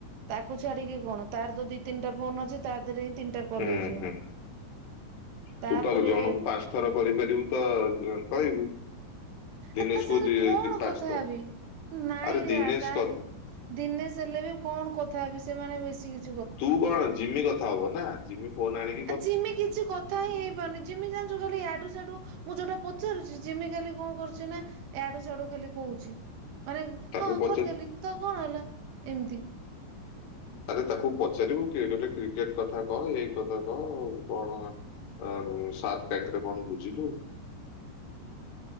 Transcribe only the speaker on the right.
ତାକୁ ଛାଡିକି କଣ ତାର ତ ଦି ତିନିଟା ଫୋନ ଅଛି ତା ଦେହରେ ତିନିଟା କଲେଜ
ତାପରେ
ଆ ତା ସାଙ୍ଗରେ
କଣ
କଥା
ହେବି ନାଇଁ
ରେ ଆ
ଦିନେେଶ ହେଲେ ବି କଣ କଥା ହେବି ସେମାନେ ବେଶୀ କି
ଆ ଯିମି କିଛି କଥା ହିଁ ହେଇପାରୁନି ଜିମି ଜାଣିଛୁ ଖାଲି ଇଆଡୁ ସିଆଡୁ ମୁଁ ଯୋଉଟା ପଚାରୁଛିି ଜିମି ଖାଲି କଣ କରୁଛି ସେନା ଆଡୁ ଚଡୁ ଖାଲି କହୁଛି ମାନେ
ହଁ
କରିଦେଲି ତ କଣ ହେଲା ଏମିତି